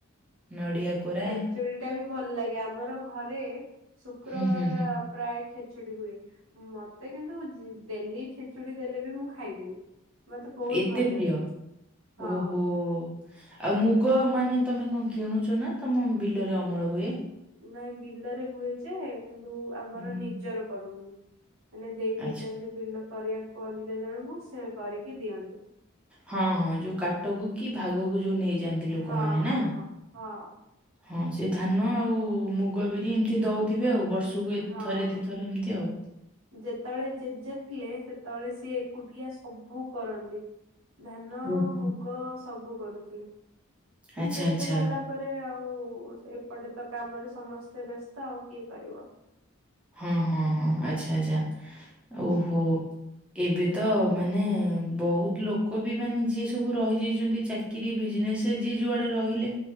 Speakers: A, in the centre; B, on the right.
A: ନଡିଆ କୋରା
B: ଖେଚେଡ଼ି ଟା ବି ଭଲ ଲାଗେ, ଆମର ଘରେ, ଶୁକ୍ରବାର
A: ହୁଁ ହୁଁ ହୁଁ
B: ପ୍ରାୟ ଖେଚୁଡି ହୁଏ, ମତେ କିନ୍ତୁ ଦେଲି ଖେଚୁଡି ଦେଲେ ବି ମୁଁ ଖାଇଦେବି। ମତେ ବହୁତ
A: ଏତେ
B: ଭଲ
A: ପ୍ରିୟ
B: ଲାଗେ, ହଁ।
A: ଓହୋ। ଆଉ ମୁଗ ମାନେ ତମେ କଣ କିଣୁଚ, ନା ତମ ବିଲରେ ଅମଳ ହୁଏ?
B: ନାଇଁ ବିଲରେ ହୁଏ ଯେ କିନ୍ତୁ ଆମର
A: ହୁଁ ହୁଁ
B: ନିଜର କରୁନୁ। ମାନେ ଦେଇ ଦେଇଚନ୍ତି
A: ଆଚ୍ଛା
B: ବିଲ କରିବାକୁ ଅଲଗା ଜଣଙ୍କୁ, ସେ କରିକି ଦିଅନ୍ତି।
A: ହଁ ହଁ, ଯୋଉ କାଟକୁ କି ଭାଗକୁ ଯୋଉ ନେଇଯାଆନ୍ତି
B: ହଁ
A: ଲୋକମାନେ
B: ହଁ
A: ନା?
B: ହଁ ହଁ
A: ହଁ, ସେ ଧାନ ଆଉ ମୁଗ ବିରି ଏମିତି ଦଉଥିବେ ଆଉ, ବର୍ଷକୁ
B: ହଁ
A: ଥରେ ଦିଇଥର ଏମିତି ଆଉ।
B: ଯେତେବେଳେ ଜେଜେ ଥିଲେ, ସେତେବେଳେ ସିଏ ଏକୁଟିଆ ସବୁ କରନ୍ତି, ଧାନ
A: ହୁଁ ହୁଁ
B: ଗ ସବୁ କରୁଥିଲେ,
A: ଆଚ୍ଛା,
B: ଜେଜେ
A: ଆଚ୍ଛା।
B: ଗଲା ପରେ ଆଉ, ଏପଟେ ତ କାମରେ ସମସ୍ତେ ବ୍ୟସ୍ତ ଆଉ କିଏ କରିବ?
A: ହଁ ହଁ ହଁ, ଆଛା ଆଛା, ଓହୋ। ଏବେ ତ ମାନେ, ବହୁତ ଲୋକ ବି ମାନେ ଯିଏ ସବୁ ରହିଯାଇଚନ୍ତି ଚାକି କିରି, ବିଜନେସ ଯିଏ ଯୁଆଡ଼େ ରହିଲେ